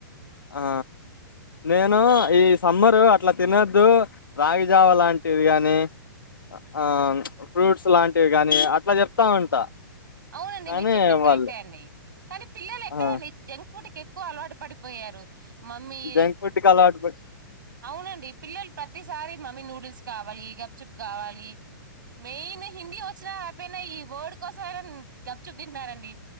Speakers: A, on the left (about 80°); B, on the right (about 70°).
A: ఆ నేను ఈ సమ్మరు అట్లా తినొద్దు రాగిజావ లాం ఇదిగని ఆ ఫ్రూట్స్ లాంటివి గాని అట్లా చెప్తా ఉంటా
B: అవునండి
A: కానీ
B: మీరు చెప్పింది కరెక్టే
A: వాళ్ళు
B: అండి కానీ పిల్లలు ఎక్కడండి
A: ఆ
B: జంక్ ఫుడ్ కి ఎక్కువ అలవాటు పడిపోయారు మమ్మీ
A: జంక్ ఫుడ్ కి అలవాటు పడి
B: అవునండి పిల్లలు ప్రతిసారి మమ్మీ నూడిల్స్ కావాలి. గప్చూప్ గావాలి మెయిన్ హిందీ వచ్చిన రాకపోయినా ఈ వర్డ్ కోసం అయినా గప్చూప్ తింటున్నరండి.